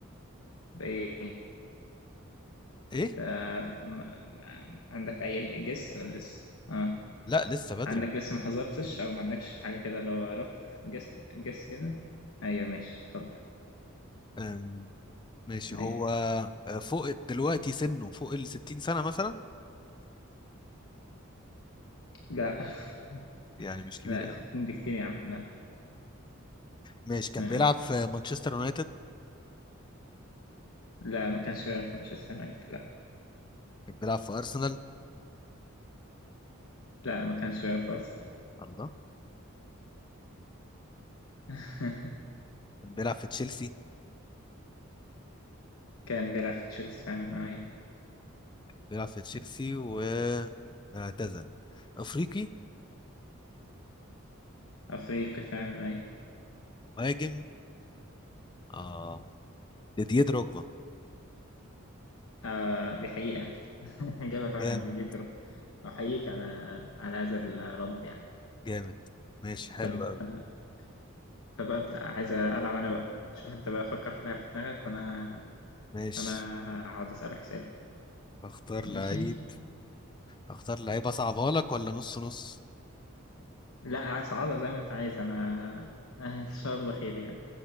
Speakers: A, on the left (about 75°); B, on the left (about 20°).
A: بقيت
B: ايه
A: آه، ما- ما- عندك أي جس ولا لسه؟ آه
B: لا لسه بدري
A: عندك لسه ما حذرتش أو ما عندكش حاجة كده لو رف جس جس كده؟ أيوه ماشي اتفضل
B: آم ماشي هو
A: أيوه
B: آه، فوق دلوقتي سنه فوق ال 60 سنة مثلا
A: لا <laughs>
B: يعني مش كبير
A: لا
B: قوي
A: ستين دي كتير يا عم لا
B: ماشي كان
A: آه،
B: بيلعب في مانشستر يونايتد
A: لا ما كانش بيلعب في مانشستر يونايتد لا
B: كان بيلعب في ارسنال
A: لا ما كانش بيلعب في أرسنال
B: الله
A: <laughs>
B: كان بيلعب في تشيلسي
A: كان بيلعب في تشيلسي فعلا أيوه
B: بيلعب في تشيلسي واعتزل افريقي
A: أفريقي فعلا أيوه
B: مهاجم اه ديديه دروجبا
A: آه دي حقيقة <laughs> إجابة فعلا
B: جامد
A: دي دي درجة أحييك على على هذا الرد يعني
B: جامد ماشي حلو
A: طب
B: قوي
A: آه، فببدأ عايز ألعب أنا بقى شوف أنت بقى فكر في لعبة في دماغك وأنا
B: ماشي
A: وأنا هقعد أسألك أسئلة
B: اختار
A: ماشي
B: لعيب اختار لعيب اصعبها لك ولا نص نص
A: لا صعبة زي ما أنت عايز أنا <laughs> إن شاء الله خير يعني